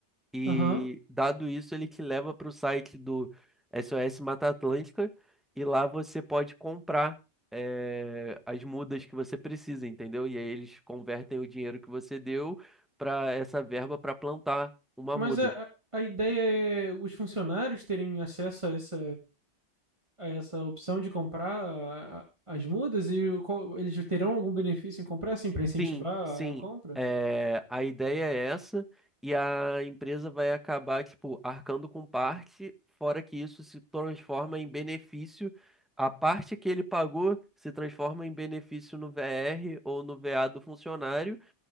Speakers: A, in the centre; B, on the right.
A: E
B: Aham.
A: dado isso, ele te leva para o site do SOS Mata Atlântica e lá você pode comprar eh, as mudas que você precisa, entendeu? E aí eles convertem o dinheiro que você deu para essa verba para plantar uma
B: Mas
A: muda.
B: a, a a ideia é os funcionários terem acesso a essa. essa opção de comprar a- as mudas e o qual- eles terão algum benefício em comprar, assim, para incentivar
A: Sim, sim.
B: a compra?
A: É, a ideia é essa, e a empresa vai acabar, tipo, arcando com parte, fora que isso se transforma em benefício. A parte que ele pagou se transforma em benefício no VR ou no VA do funcionário,